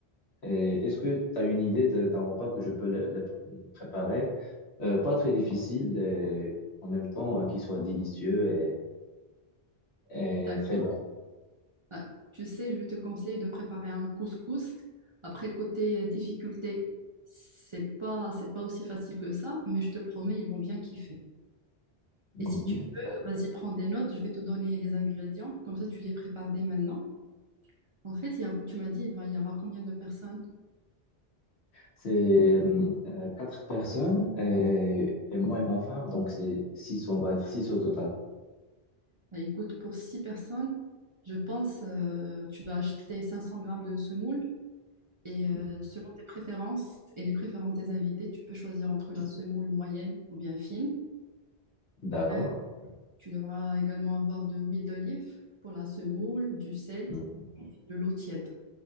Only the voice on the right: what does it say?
D'accord.
Ah, Tu sais, je vais te conseiller de préparer un couscous. Après, côté euh, difficulté, c'est pas, c'est pas aussi facile que ça, mais je te promets, ils vont bien kiffer.
Et si tu veux, vas-y, prends des notes, je vais te donner les ingrédients, comme ça tu les prépares dès maintenant. En fait, il y a- tu m'as dit, il va y avoir combien de personnes?
Bah, écoute, pour six personnes, je pense, euh, tu dois acheter 500 grammes de semoule. Et euh,
selon tes préférences et les préférences des invités, tu peux choisir entre la semoule moyenne ou bien fine.
Euh, Tu devras également avoir de l'huile d'olive pour la semoule, du sel,
de l'eau tiède.